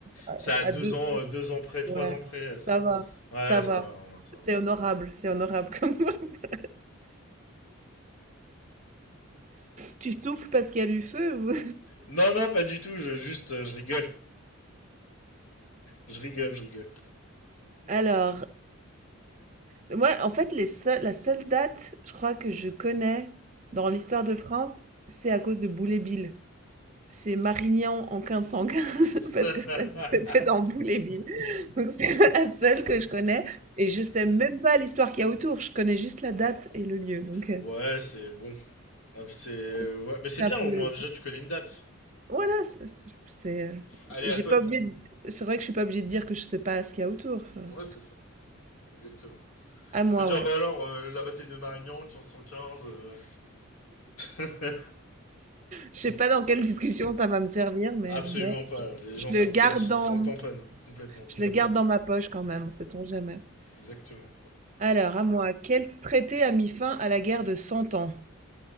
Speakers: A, on the right; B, on the left.
A: à
B: ça a
A: à
B: deux
A: deux.
B: ans, euh, deux ans près, trois
A: Ouais,
B: ans près, euh, ça
A: ça va,
B: va.
A: ça
B: Ouais,
A: va.
B: ça va, hein, ça
A: C'est
B: va.
A: honorable, c'est honorable comme. <laughs> Tu souffles parce qu'il y a du feu ou...
B: Non, non, pas du tout, je, juste, euh, je rigole. Je rigole, je rigole.
A: Alors, Ouais, en fait, les seuls la seule date, je crois, que je connais dans l'histoire de France, c'est à cause de Boulet-Bill. C'est Marignan en 1515,
B: <laughs>
A: <laughs> parce que ça- c'était dans Boulet-Bill. Donc, c'est <laughs> la seule que je connais. Et je sais même pas l'histoire qu'il y a autour. Je connais juste la date et le lieu. Donc, euh,
B: ouais, c'est bon. Euh, C'est, euh,
A: c'est
B: ouais, mais c'est
A: c'est
B: bien
A: un peu.
B: au moins, déjà tu connais une date.
A: Voilà, c'est. c'est, euh,
B: Allez,
A: J'ai
B: à toi.
A: pas
B: de-
A: oublié. de- C'est vrai que je suis pas obligée de dire que je sais pas ce qu'il y a autour. Enfin,
B: Ouais, c'est ça, exactement.
A: à moi,
B: Tu peux dire,
A: ouais.
B: bah alors, euh, la bataille de Marignan, 1515, euh, <laughs>
A: Je sais pas dans quelle discussion ça va me servir, mais
B: Absolument
A: bon,
B: pas. Les
A: je
B: gens
A: le
B: s'en
A: garde
B: s'en
A: en,
B: s'en tamponnent complètement.
A: Je le garde dans ma poche quand même, sait-on jamais.
B: Exactement.
A: Alors, à moi, quel traité a mis fin à la guerre de Cent Ans?